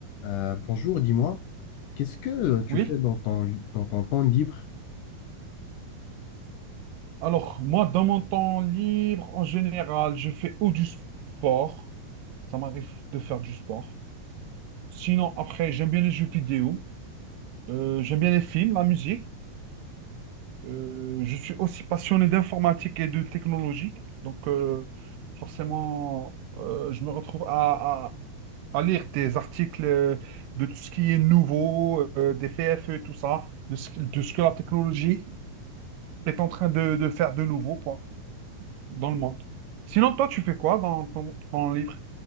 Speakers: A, on the left; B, on the right.
A: Euh, bonjour, dis-moi, qu'est-ce que tu
B: Oui,
A: fais dans ton, li- dans ton temps libre?
B: alors moi, dans mon temps libre, en général, je fais ou du sport. Ça m'arrive de faire du sport. Sinon, après, j'aime bien les jeux vidéo. Euh, j'aime bien les films, la musique. Euh, je suis aussi passionné d'informatique et de technologie. Donc, euh, forcément, euh, je me retrouve à, à- à lire des articles euh, de tout ce qui est nouveau, euh, des PFE, tout ça, de ce, de ce que la technologie est en train de, de faire de nouveau, quoi. dans le monde. Sinon, toi, tu fais quoi dans ton temps libre?